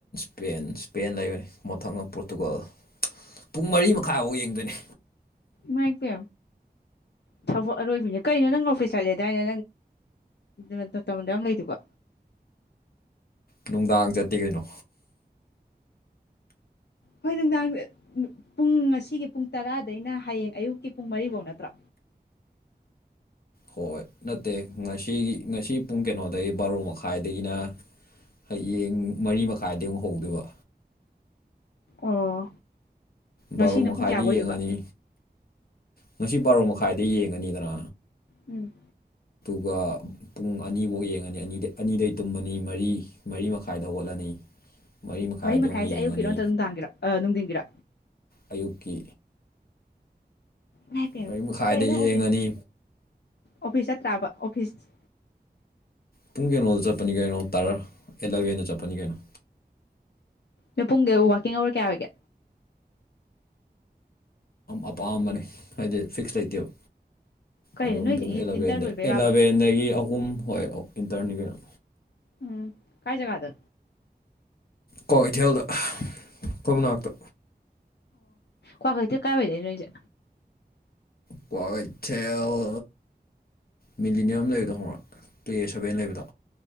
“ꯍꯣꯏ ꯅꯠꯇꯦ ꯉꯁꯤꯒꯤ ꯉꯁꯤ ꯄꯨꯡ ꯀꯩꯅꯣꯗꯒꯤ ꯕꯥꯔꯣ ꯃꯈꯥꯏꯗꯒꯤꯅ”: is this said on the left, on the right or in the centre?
Left